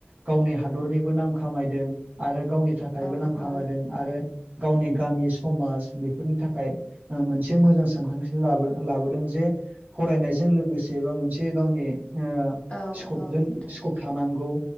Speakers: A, on the right; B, on the left.
A: गावनि हादरनिबो नाम खामायदों आरो गावनि थाखायबो
B: औ
A: नाम खामायदों।
B: औ
A: आरो गावनि गामि समाज बेफोरनि थाखाय मोनसे मोजां सानखांथि लाबोदों जे फरायनायजों लोगोसे एबा मोनसे गावनि ओ
B: औ
A: स्कपजों
B: औ नोंथां
A: स्कप थानांगौ